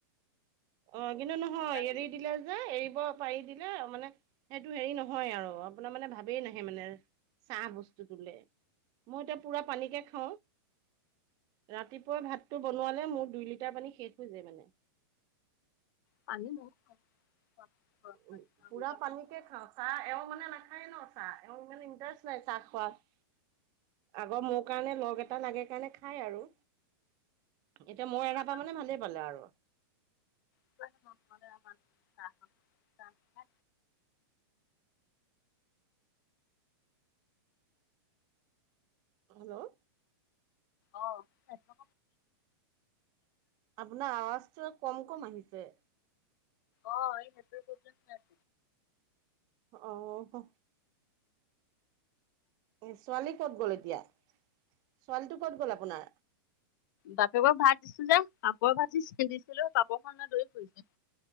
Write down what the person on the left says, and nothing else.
কিবা হৈ
যাম।
পানী ময়ো খাওঁ। গৰম পানী
খাওঁ
ওজন
বাঢ়িছে
নহয়।
আমাৰ
বাৰু
<unintelligible> নাখায়।
অ হেল্লো
অ নেট প্ৰব্লেম হৈ আছে।
বাপেকক ভাত দিছিলো যে পাপৰ ভাজি দিছিলো পাপৰ খন লৈ দৰি ফুৰিছে।